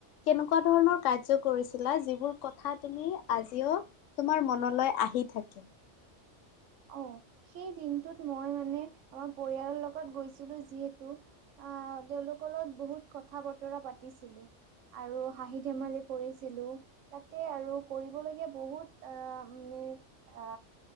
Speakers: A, on the left; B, on the right.
A: কেনেকুৱা ধৰণৰ কাৰ্য কৰিছিলা যিবোৰ কথাত তুমি আজিও তোমাৰ মনলৈ আহি থাকে
B: অ সেই দিনটোত মই মানে আমাৰ পৰিয়ালৰ লগত গৈছিলো যিহেতু আ তেওঁলোকৰ লগত বহুত কথা বতৰা পাতিছিলো আৰু হাঁহি ধেমালি কৰিছিলো তাতে আৰু কৰিবলগীয়া বহুত আ ম আ